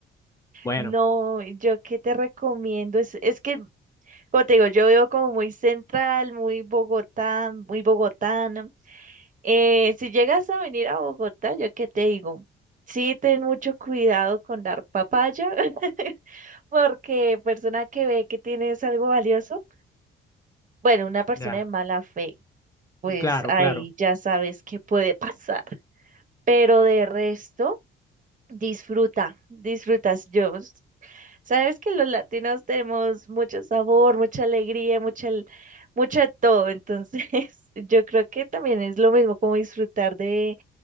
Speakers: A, on the left; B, on the right.
A: Bueno,
B: No, yo qué te recomiendo es, es que Como te digo, yo veo como muy central, muy Bogotá, muy bogotana. Eh, si llegas a venir a Bogotá, yo qué te digo, sí ten mucho cuidado con dar papaya, <laughs> porque persona que ve que tienes algo valioso, bueno, una persona
A: ya,
B: de mala fe, pues
A: claro,
B: ahí
A: claro.
B: ya sabes qué puede <laughs> pasar. Pero de resto, disfruta, disfrutas yo. Sabes que los latinos tenemos mucho sabor, mucha alegría, mucha, al- mucho de todo. Entonces, <laughs> yo creo que también es lo mismo como disfrutar de,